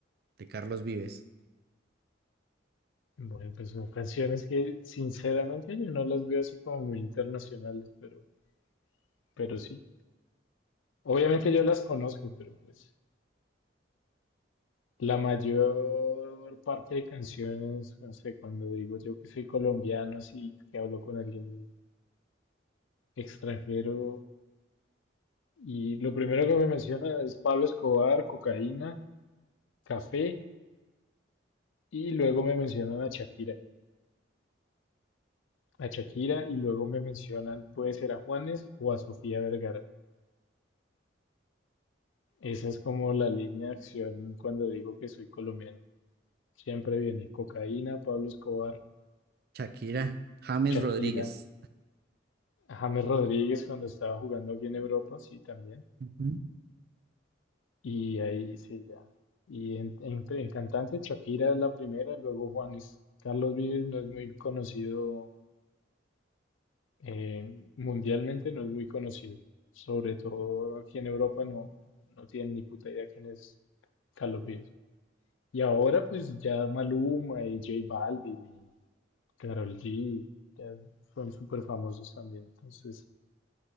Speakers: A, on the right; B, on the left.
A: de Carlos Vives.
B: Bueno, pues son canciones que sinceramente yo no las veo así como muy internacionales, pero, pero sí. Obviamente yo las conozco, pero pues la mayor parte de canciones, no sé, cuando digo yo que soy colombiano, así que hablo con alguien extranjero, y lo primero que me menciona es Pablo Escobar, cocaína, café, y luego me mencionan a Shakira, a Shakira, y luego me mencionan, puede ser a Juanes o a Sofía Vergara. Esa es como la línea de acción cuando digo que soy colombiano. Siempre viene cocaína, Pablo Escobar,
A: Shakira, James
B: Shakira,
A: Rodríguez.
B: James Rodríguez cuando estaba jugando aquí en Europa, sí, también.
A: Ujú.
B: Y ahí sí, ya. Y en, en- en cantante, Shakira es la primera, luego Juanes. Carlos Vives no es muy conocido eh, mundialmente, no es muy conocido. Sobre todo aquí en Europa no, no tienen ni puta idea quién es Carlos Vives. Y ahora pues ya Maluma y J Balvin y Karol G ya son súper famosos también. Entonces